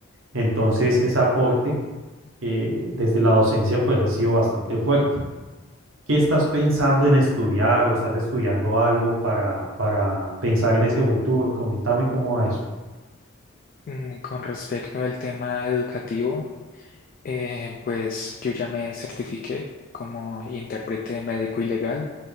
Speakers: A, on the right (about 75°); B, on the left (about 40°).
A: entonces ese aporte eh, desde la docencia pues ha sido bastante fuerte. ¿Qué estás pensando en estudiar o estás estudiando algo para, para pensar en ese futuro? Coméntame cómo va eso.
B: Mm, Con respecto al tema educativo. Eh, pues yo ya me certifiqué como intérprete médico y legal